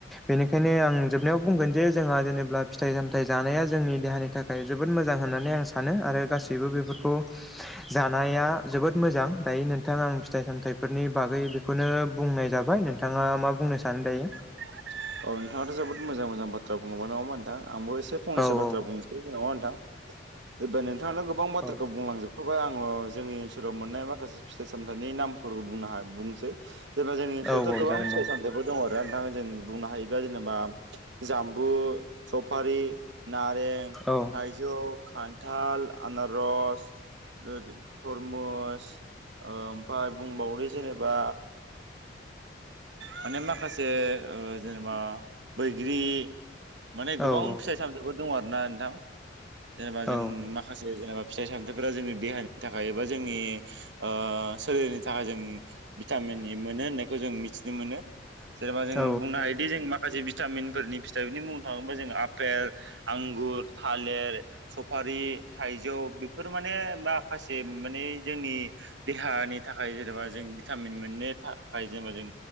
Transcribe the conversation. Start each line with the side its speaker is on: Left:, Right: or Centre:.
Centre: बेनिखायनो आं जोबनायाव बुंगोन जे जोंहा जेनेब्ला फिथाइ सामथाइ जानाया जोंनि देहानि थाखाय जोबोद मोजां होननानै आं सानो आरो गासैबो बेफोर खौ जानाया जोबोद मोजां दायो नोंथां आं फिथाइ सामथाइफोरनि बागै बेखौनो बुंनाय जाबाय य नोंथाङा मा बुंनो सानो दायो
Right: <inaudible> औ नोंथाङाथ' जोबोद मोजां मोजां बाथ्रा बुंबाय नङा होमबा नोंथां आंबो एसे फंनैसो
Centre: औ
Right: बाथ्रा
Centre: औ
Right: बुंनोसै जेन'बा नों थां ओ दहाय नोंथाङानो गोबां बाथ्राखौ
Centre: औ
Right: बुंलांजोब थेवबो आङो जोंनि ओनसोलाव मोननाय माखासे फिथाइ सामथाइनि नामफोरखौ बुंनो हो बुंनोसै जेनबा जोंनि ओनसोलावथ'
Centre: औ औ
Right: गोबां
Centre: जागोन
Right: फिथाइ
Centre: दे
Right: सामथाइफोर दङ' आरो नोंथाङा जों बुंनो हायोब्ला जेनेबा जामबु सफारि नारें
Centre: औ
Right: थाइजौ खान्थाल आनारस <unintelligible> तरमस ओमफाय बुंबावदो जेनेबा माने माखासे ओ जेनेबा बैग्रि माने
Centre: औ
Right: गोबां
Centre: औ
Right: फिथाइ सामथाइफोर दङ' आरना नोंथां। जेनेबा
Centre: औ
Right: जों माखासे जेनेबा फिथाइ सामथाइफोरा जोंनि देहानि थाखाय एबा जोंनि ओ सोलेरनि थाखाय जों भिटामिन मोनो जों मिथिनो मोनो जेनेबा जों
Centre: औ
Right: बुंनो हायो माखासे भिटामिनफोरनि फिथाइरफोरनि मुं बुंनो थाङोब्ला जों आपेल आंगुर थालेर स सफारि थाइजौ बेफोर माने माखासे माने जोंनि देहानि थाखाय जेनेबा जों भिटामिन मोननो थाखाय जेनेबा जों